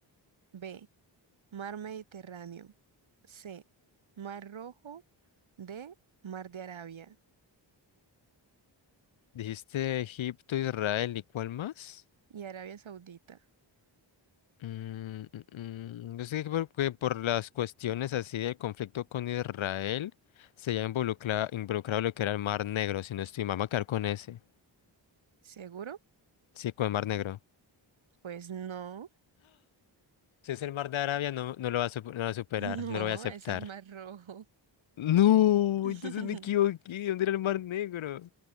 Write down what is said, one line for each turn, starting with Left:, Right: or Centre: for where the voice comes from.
Right: B. Mar Mediterráneo. C. Mar Rojo. D. Mar de Arabia.
Left: Dijiste Egipto, Israel y ¿cuál más?
Right: Y Arabia Saudita.
Left: Mm, mm, mm, Yo sé que por, que por las cuestiones así del conflicto con Israel se ya involucra, involucrado lo que era el Mar Negro, si no estoy mal, me voy a quedar con ese.
Right: ¿Seguro?
Left: Sí, con el Mar Negro.
Right: Pues no. <laughs>
Left: Si es el Mar de Arabia, no, no lo va a, sup- no lo va a superar,
Right: No,
Left: no lo voy a aceptar.
Right: ese es Mar Rojo.
Left: No,
Right: <laughs>
Left: entonces me equivoqué, ¿dónde era el Mar Negro?